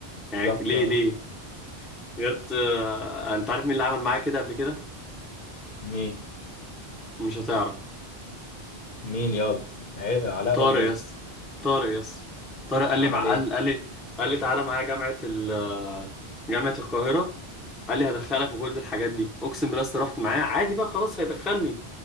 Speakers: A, in the centre; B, on the left.
A: يعني
B: بالظبط
A: ليه
B: اه.
A: ليه بجد آه، انت عارف مين اللي عمل معايا كده قبل كده
B: مين
A: مش هتعرف
B: مين ياض عي- علاء
A: طارق
B: ولا ايه
A: يا اسطى طارق يا اسطى طارق قال
B: عمل
A: لي مع
B: ايه
A: قال قال لي قال لي تعالى معايا جامعة ال جامعة القاهرة قال لي هدخلك وكل الحاجات دي اقسم بالله يا اسطى رحت معاه عادي بقى خلاص هيدخلني